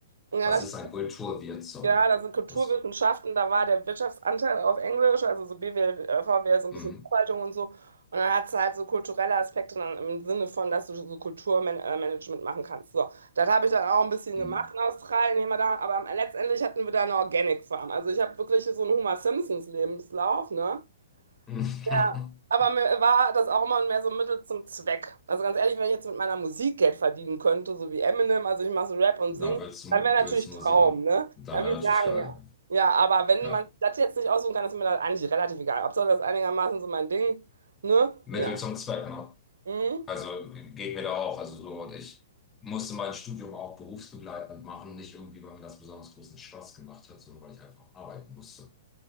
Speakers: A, on the right; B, on the left.
A: Und dann
B: Was
A: dachte
B: ist ein
A: ich,
B: Kulturwirt? Sorry.
A: ja, da sind Kulturwissenschaften,
B: Was?
A: da war der Wirtschaftsanteil auf Englisch, also so BWL, äh, VWL, so ein
B: Mhm.
A: bisschen Buchhaltung und so. Und dann hat es halt so kulturelle Aspekte dann im Sinne von, dass du so Kulturmanagement machen kannst. So, das habe ich dann auch ein bisschen
B: Mhm.
A: gemacht in Australien, hier mal da, aber letztendlich hatten wir da eine Organic Farm. Also ich habe wirklich so einen Homer Simpsons Lebenslauf, ne?
B: <laughs>
A: Ja, aber mir war das auch immer mehr so ein Mittel zum Zweck. Also ganz ehrlich, wenn ich jetzt mit meiner Musik Geld verdienen könnte, so wie Eminem, also ich mache so Rap und
B: Da
A: Singen,
B: würdest du,
A: dann wäre natürlich
B: würdest du
A: Traum,
B: Musik machen.
A: ne?
B: Da
A: Dann
B: wäre
A: würde ich
B: natürlich
A: sagen,
B: geil.
A: ja. Ja, aber wenn
B: Ja.
A: man das jetzt nicht aussuchen kann, ist mir das eigentlich relativ egal. Hauptsache, das ist einigermaßen so mein Ding, ne?
B: Mittel
A: Ja.
B: zum Zweck, ne?
A: Mhm.
B: Also geht mir da auch. Also so, und ich musste mein Studium auch berufsbegleitend machen. Nicht irgendwie, weil mir das besonders großen Spaß gemacht hat, sondern weil ich einfach arbeiten musste.